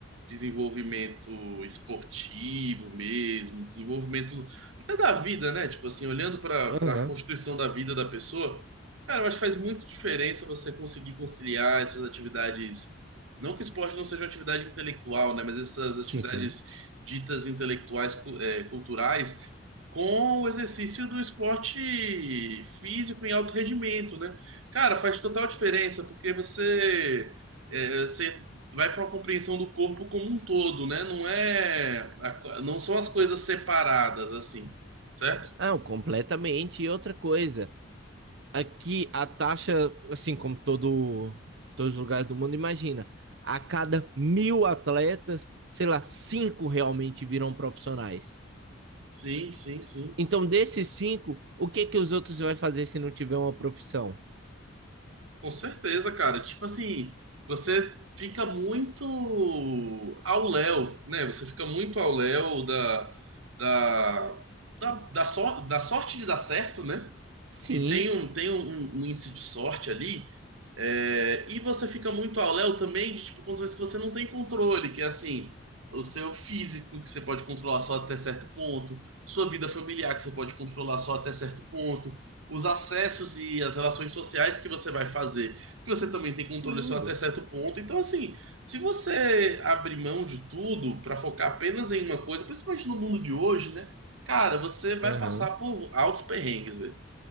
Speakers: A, on the right (about 80°); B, on the right (about 60°).
A: desenvolvimento esportivo mesmo, desenvolvimento até da vida, né? Tipo assim, olhando para
B: Aham.
A: para constituição da vida da pessoa, cara, eu acho que faz muito diferença você conseguir conciliar essas atividades. Não que o esporte não seja uma atividade intelectual, né? Mas essas atividades
B: Sim, sim.
A: ditas intelectuais, cu- é, culturais com o exercício do esporte físico em alto rendimento, né? Cara, faz total diferença, porque você, é, você vai para uma compreensão do corpo como um todo, né? Não é, a co- não são as coisas separadas assim, certo?
B: Ah, completamente. E outra coisa. Aqui a taxa, assim como todo, todos os lugares do mundo, imagina, a cada mil atletas, sei lá, cinco realmente viram profissionais.
A: Sim, sim, sim.
B: Então, desses cinco, o que que os outros vai fazer se não tiver uma profissão?
A: Com certeza, cara. Tipo assim, você fica muito ao léu, né? Você fica muito ao léu da, da, da, da, sor- da sorte de dar certo, né?
B: Sim,
A: Que tem um, tem um, um um índice de sorte ali. É, e você fica muito ao léu também de tipo, condições que você não tem controle, que é assim, o seu físico, que você pode controlar só até certo ponto, sua vida familiar, que você pode controlar só até certo ponto os acessos e as relações sociais que você vai fazer, que você também tem controle
B: tudo.
A: só até certo ponto. Então, assim, se você abrir mão de tudo para focar apenas em uma coisa, principalmente no mundo de hoje, né? Cara, você vai
B: Aham.
A: passar por altos perrengues, velho.